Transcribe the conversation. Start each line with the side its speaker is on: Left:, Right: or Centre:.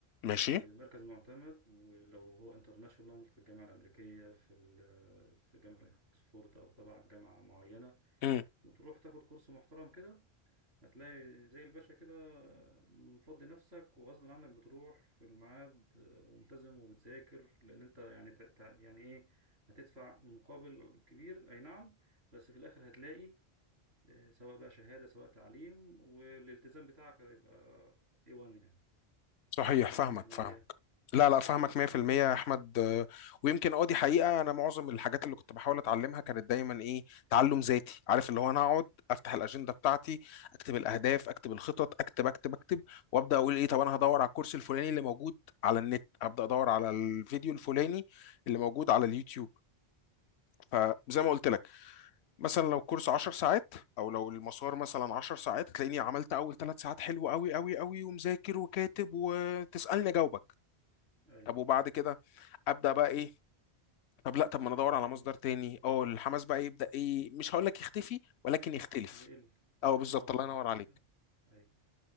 Left: ماشي
Right: مركز معتمد ولو هو انترناشونال في الجامعه الامريكيه في ال- في جامعه اكسفورد او تبع جامعه معينه
Left: مهم.
Right: وتروح تاخد كورس محترم كده هتلاقي زي الباشا كده مفضي نفسك وغصب عنك بتروح في الميعاد آه، وملتزم وبتذاكر لأن أنت يعني تع- تع- يعني إيه هتدفع مقابل كبير أي نعم بس في الآخر هتلاقي آه، سواء بقى شهادة سواء تعليم والالتزام بتاعك هيبقى A1 يعني
Left: صحيح
Right: ولا
Left: فاهمك
Right: أنت مش معايا؟
Left: فاهمك لا لا فاهمك 100% يا احمد آه، ويمكن اه دي حقيقه انا معظم الحاجات اللي كنت بحاول اتعلمها كانت دايما ايه تعلم ذاتي عارف اللي هو انا اقعد افتح الاجنده بتاعتي اكتب الاهداف اكتب الخطط اكتب اكتب اكتب وابدا اقول ايه طب انا هدور على الكورس الفلاني اللي موجود على النت ابدا ادور على الفيديو الفلاني اللي موجود على اليوتيوب فزي ما قلت لك مثلا لو كورس 10 ساعات او لو المسار مثلا 10 ساعات تلاقيني عملت اول ثلاث ساعات حلو قوي قوي قوي ومذاكر وكاتب وتسالني اجاوبك
Right: أيوة
Left: طب وبعد كده ابدا بقى ايه طب لا طب ما انا ادور
Right: الحماس
Left: على مصدر تاني اه الحماس بقى يبدا ايه مش هقول لك يختفي ولكن يختلف
Right: يقل
Left: اه بالظبط
Right: أه بالظبط
Left: الله ينور عليك
Right: أيوة